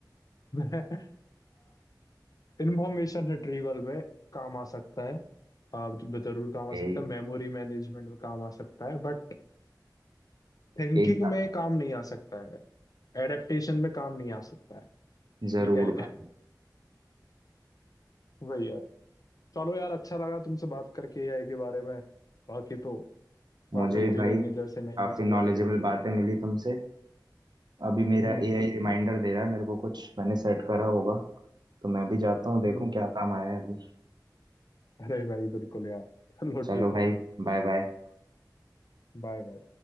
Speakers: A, on the left (about 55°); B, on the right (about 70°).
A: <laughs> मैं इंफॉर्मेशन रिट्रीवल में काम आ सकता है आप ज- जरूर काम आ
B: ए,
A: सकता है मेमोरी मैनेजमेंट में काम आ सकता है बट थिंकिंग
B: एकदम
A: में काम नहीं आ सकता है एडेप्टेशन में काम नहीं आ सकता है ठीक
B: जरूर
A: है
B: भाई
A: <laughs> वही है चलो यार अच्छा लगा तुमसे बात करके एआई के बारे में बाकी तो बातें
B: मुझे
A: होती
B: भी भाई
A: रहेंगी जैसे नई
B: काफी
A: नई चीजें
B: नॉलेजेबल
A: आती रहेंगी
B: बातें मिली तुमसे अभी मेरा
A: हम्म
B: एआई रिमाइंडर दे रहा है मेरे को कुछ मैंने सेट करा होगा तो मैं भी जाता हूँ देखूं
A: हम्म
B: क्या काम आया है अभी
A: अरे भाई बिल्कुल यार चलो
B: चलो
A: ठीक
B: भाई
A: है
B: बाय बाय
A: Bye bye